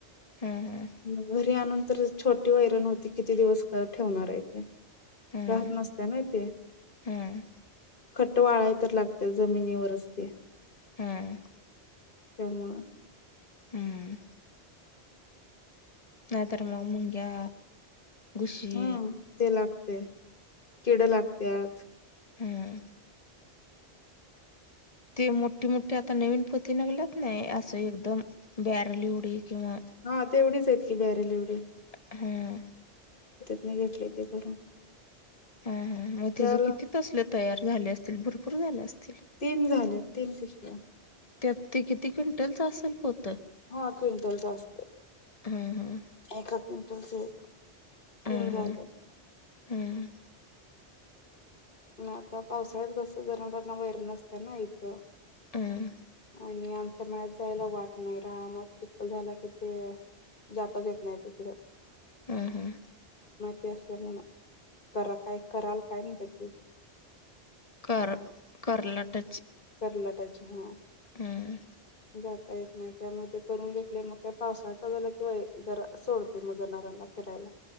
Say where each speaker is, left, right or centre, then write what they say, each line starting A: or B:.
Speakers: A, on the left (about 35°); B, on the left (about 50°).
A: हम्म
B: म घरी आणन तरर छोटी वैरण होती किती दिवस ठेवणार आहे ते
A: हम्म
B: राहत नसत्या नाय तेे..
A: हम्म
B: खट ट वाळाय तर लागत्या जमिनीवरच ते
A: हुं
B: त्यामुळं
A: हुं हुं नायतर मग मुंग्या घुशी
B: ह ते लागतय, किड लागल्यात
A: हुं ते मोठी मोठी आता नवीन पोती निगल्यात नाही असं एकदम बॅरल एवढी किंवा
B: हा तेवढीच आहेत की बॅरेल एवढी
A: हम्म
B: ती घेतल्याती करून
A: हा हा मग
B: त्याला
A: तेज किती? तसले तयार झाले असतील भरपूर झालं असतील
B: तीन झाल्यात तीन पिशव्या
A: त्यात ते किती? क्विंटलच असेल पोत
B: हा क्विंटलचा असत
A: हम्म
B: एका क्विंटलचे
A: हम्म
B: तीन झालं
A: हम्म
B: नाय आता पावसाळ्यात कस जनावरांना वैरण नसत ना इथं
A: हम्म हम्म
B: आणि आमच्या मळ्यात जायला वाट नाही रानात चिखल झाला कि ते जाताच येत नाही तिकडं
A: हुं... हुं
B: असल्या म्ह करा काय कराल काय ना त्याची
A: क करला टच
B: करलाटाची हा
A: हम्
B: जाता येत नाही त्यामुळे ते करून घेतले मग काय पावसाचा जला किंवा जरा सोडते मग ज नऱ्यांना फिरायला